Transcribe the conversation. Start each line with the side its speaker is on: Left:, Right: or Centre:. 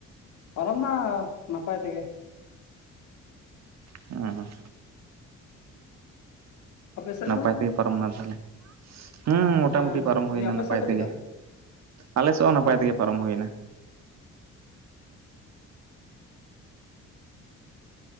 Left: ᱯᱚᱨᱚᱢ ᱱᱟ ᱱᱟᱯᱟᱭ ᱛᱮᱜᱮ᱾
Right: ᱦᱮᱸ
Left: ᱟᱯᱮ ᱥᱮᱫ
Right: ᱱᱟᱯᱟᱭ
Left: ᱫᱚ
Right: ᱛᱮᱜᱮ ᱯᱟᱨᱚᱢ ᱮᱱᱟ ᱛᱟᱦᱚᱞᱮ ᱦᱮᱸ ᱢᱚᱴᱟᱢᱩᱴᱤ
Left: ᱦᱮᱸ
Right: ᱯᱟᱨᱚᱢ
Left: ᱢᱮᱱᱫᱟᱹᱧ
Right: ᱦᱩᱭᱱᱟ
Left: ᱟᱯᱮ
Right: ᱱᱟᱯᱟᱭ
Left: ᱥᱮᱫ ᱫᱚ
Right: ᱛᱮᱜᱮ᱾
Left: ᱪᱮᱫᱠᱟ
Right: ᱟᱞᱮᱥᱮᱫ ᱦᱚᱸ ᱱᱟᱯᱟᱭ
Left: ᱚ
Right: ᱛᱮᱜᱮ ᱯᱟᱨᱚᱢ ᱦᱩᱭᱮᱱᱟ᱾